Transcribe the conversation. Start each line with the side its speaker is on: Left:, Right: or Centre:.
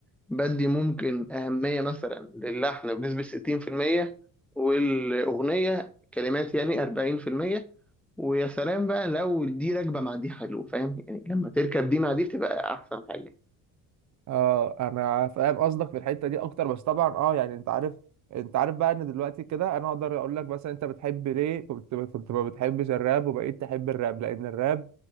Centre: بدي ممكن أهمية مثلا للحن بنسبة 60% والأغنية كلمات يعني 40% ويا سلام بقى لو دي راكبة مع دي حلو فاهم يعني لما تركب دي مع دي بتبقى أحسن حاجة
Right: اه انا فاهم قصدك في الحته دي اكتر بس طبعا اه يعني انت عارف انت عارف بقى ان دلوقتي كده انا اقدر اقول لك مثلا انت بتحب ليه كنت كنت ما بتحبش الراب وبقيت تحب الراب لان الراب